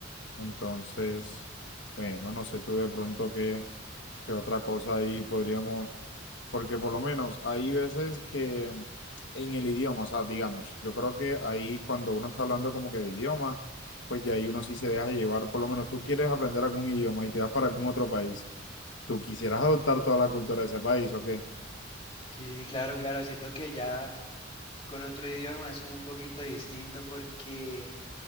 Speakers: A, on the left (about 65°); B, on the left (about 25°).
A: Entonces, bueno, no sé tú de pronto qué, qué otra cosa ahí podríamos, porque por lo menos hay veces que en el idioma, o sea, digamos, yo creo que ahí cuando uno está hablando como que de idioma, pues ya ahí uno sí se deja llevar, por lo menos tú quieres aprender algún idioma y te vas para algún otro país. ¿Tú quisieras adoptar toda la cultura de ese país o qué?
B: sí, claro, claro, siento que ya con otro idioma es como un poquito distinto porque